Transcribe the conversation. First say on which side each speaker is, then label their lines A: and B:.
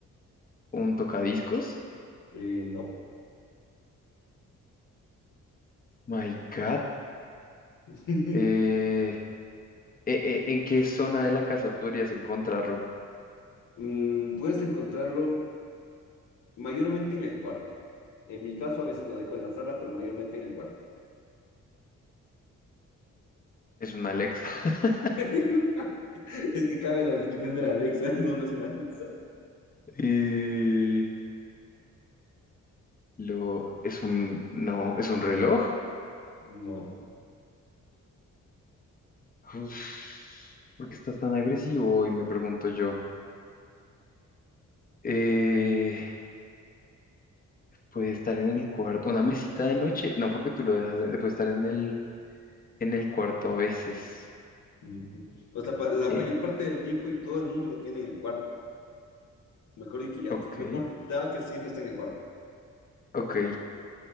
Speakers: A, on the left; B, on the left.
A: ¿Un tocadiscos?
B: Eh, no.
A: My God.
B: <laughs>
A: Eh, e- e- ¿en qué zona de la casa podrías encontrarlo?
B: Mm, puedes encontrarlo mayormente en el cuarto. En mi caso, a veces lo dejo en la sala, pero mayormente en el cuarto.
A: ¿Es una Alexa? <laughs>
B: <laughs> Es que cabe la descripción de la Alexa, <laughs> no, no es una Alexa.
A: Eh, Lo, es un, no, es un reloj.
B: No.
A: Uf, ¿por qué estás tan agresivo hoy? Me pregunto yo. Eh, puede estar en el cuarto, una mesita de noche. No, porque tú lo dejas, de- puede estar en el, en el cuarto a veces.
B: Ujú. O sea, pa- la
A: Eh,
B: mayor parte del tiempo y todo el mundo lo tiene en el cuarto. Mejor dicho, ya,
A: ok,
B: tú- mejor da que siempre está en el cuarto,
A: ok.